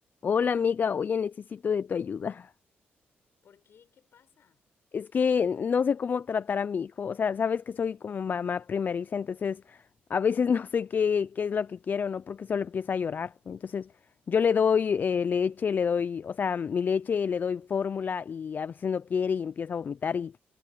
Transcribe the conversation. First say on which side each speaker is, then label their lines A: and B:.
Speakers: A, on the left (about 50°); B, on the left (about 65°).
A: Hola amiga, oye, necesito de tu ayuda.
B: ¿Por qué? ¿Qué pasa?
A: Es que no sé cómo tratar a mi hijo, o sea, sabes que soy como mamá primeriza, entonces a veces <laughs> no sé qué, qué es lo que quiero, ¿no? Porque solo empieza a llorar. Entonces yo le doy eh, leche, le doy, o sea, mi leche, le doy fórmula y a veces no quiere y empieza a vomitar y,